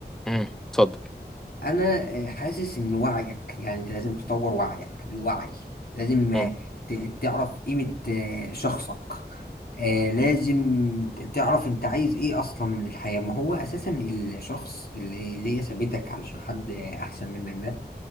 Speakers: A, in the centre; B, on the left.
A: مم، اتفضل
B: انا آه، حاسس ان وعيك يعني انت لازم تطور وعيك الوعي لازم آه،
A: مم،
B: ت- تعرف قيمة آه، شخصك آه، لازم ت- تعرف انت عايز ايه اصلا من الحياة ما هو اساسا الشخص اللي اللي هي سابتك علشان حد آه، احسن منك ده